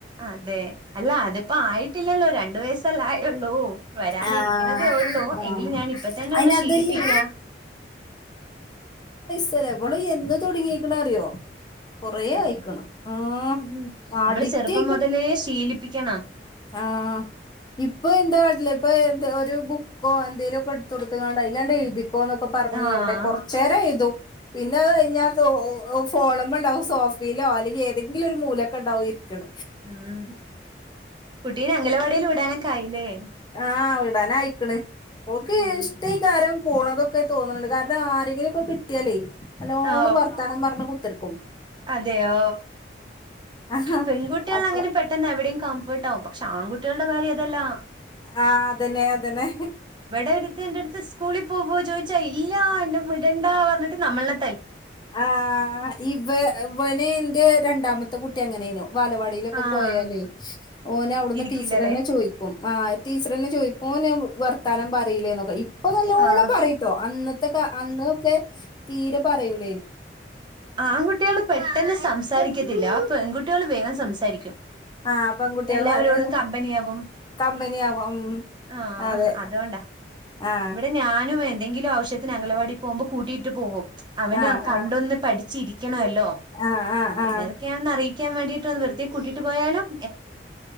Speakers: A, on the right (about 25°); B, on the left (about 25°).
A: അതെ അല്ല അതിപ്പോ ആയിട്ടില്ലല്ലോ രണ്ട വയസ് ലായുള്ളൂ വരാനിരിക്കണതേ
B: ആ
A: ഉള്ളൂ
B: ആ
A: എങ്കില് ഞാൻ ഇപ്പ തന്നെ
B: അയിനതല്ലേ
A: ഒന്ന് ശീലിപ്പിക്കാം
B: ചിലപ്പോൾ എന്ന് തുടങ്ങിക്കണ അറിയോ കൊറേ ആയിക്കണ് ആ
A: ഉ നമ്മള്
B: അഡിക്റ്റ്
A: ചെറുപ്പം മുതലേ ശീലിപ്പിക്കണം
B: ആ ഇപ്പൊ എന്താ കാട്ടില് ഇപ്പൊ എന്ത ഒരു ബുക്കോ എന്തെേലും ഒക്കെ എടുത്തു കൊടുങ്ങാണ്ട് അതില് ങ്ങാണ് എഴുത് ക്കൊ ന്നക്കെ പറഞ്ഞു
A: ആഹ്
B: എവിടെ കൊറച്ച് നേരം എഴുതും പിന്നെ അത് കഴിഞ്ഞാ ഒ ഓ ഫോണുമ്പോ ഉണ്ടാവും സോഫയിലോഅല്ലെങ്കി ഏതെങ്കിലും ഒരു മൂലക്ക് ഉണ്ടാവും ഇക്കട
A: ഉം കുട്ടീനെ അംഗലവാടിയിൽ വിടാനൊക്കെ ആയില്ലേ
B: ആ വിടാനായിക്കണ് ഓക്ക്
A: ഉം
B: ഇഷ്ടേക്കാ രം പോണതൊക്കെ തോന്ന്ണ് ണ്ട് കാരണം ആരെങ്കിലും ഒക്കെ ട്ട്യാലേ നല്ലോണം
A: ഓ
B: വർത്താനം പറഞ്ഞ് കുത്തി ർക്കും
A: അതെയോ
B: ആഹ്
A: പെൺകുട്ടികൾ
B: അപ്പൊ
A: അങ്ങനെ പെട്ടെന്ന് എവിടെയും ട്ടാവും പക്ഷെ ആങ്കുട്ടികളുടെ കാര്യം അതല്ലാ
B: ആ അതനെ അതനെ
A: ഇവിടെ ഒരുത്തി എന്റെടുത്ത് സ്കൂളിൽ പോവോ <inaudible> <unintelligible> ആ ന്നെ വിടണ്ടാ പറഞ്ഞിട്ട് നമ്മളന്നെ
B: ആഹ ഇവ വന രണ്ടാമത്തെ കുട്ടി അങ്ങനെനോ വാലവാടീലൊക്കെ
A: ആഹ്
B: പോയാലേ ഓനെ അവിടുന്ന്
A: ഇരിക്കില്ലല്ലേ
B: ടീച്ചർന്നെ ചോയിക്കും ആ ടീച്ചർന്നെ ചോയിക്കും ഓന് വർത്താനം <inaudible> <unintelligible> ഇപ്പ നല്ലോണം
A: ആഹ്
B: പറയ്ട്ടോ അന്നത്തെ കാല <inaudible> അന്നൊക്കെ തീരെ പറയും
A: ആൺകുട്ടികള് പെട്ടെന്ന് സംസ <inaudible> രിക്കത്തില്ല പെൺകുട്ടികൾ വേഗം സംസാരിക്കും
B: ആ പെൺകുട്ടികള്
A: എല്ലാവരോടും
B: പറ
A: കമ്പനിയാവും
B: കമ്പനിയാവും ഉം
A: ആ
B: അതെ
A: അതോണ്ടാ
B: ആ
A: ഇവിടെ ഞാനും എന്തെങ്കിലും ആവശ്യ അംഗനവാടി പോവുമ്പോൾ കൂട്ടിട്ടു - <unintelligible> പോകും അവനു
B: ആ
A: - കണ്ടൊന്ന്
B: ആ
A: പഠിച്ചിരിക്ക <inaudible> യ്ക്കണല്ലോ
B: ആ ആ
A: പിന്നെതൊക്കെയാണ
B: ആ
A: <inaudible> ക്കാ വേണ്ടീട്ട് വെറുതെ കൂട്ടീട്ട് പോയ <inaudible>